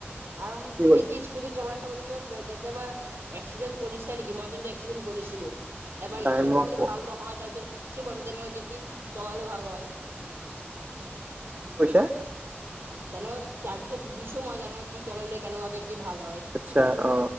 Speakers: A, on the right; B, on the right.
A: আৰু তুমি
B: হ'ল
A: কি? কিন্ত চলাই থাকোতে কিবা কেতিয়াবা এক্সিডেণ্ট কৰিছে নেকি মই কিন্তু এক্সিডেণ্ট কৰিছিলো এবাৰ
B: নাই
A: এক্চেন
B: মই
A: কৰাটো
B: ক-
A: ভাল নহয় তাৰিছত শিকিছো বাৰু তেনেকুৱা কি কি চলালে ভাল হয়।
B: কি কৈছা?
A: তেনেকুৱা তাৰ পিছত শিকিছো মই জান কি চললে কেনেকুৱাকে কি ভাল হয়।
B: আচ্ছা
A: তুমি
B: অ অ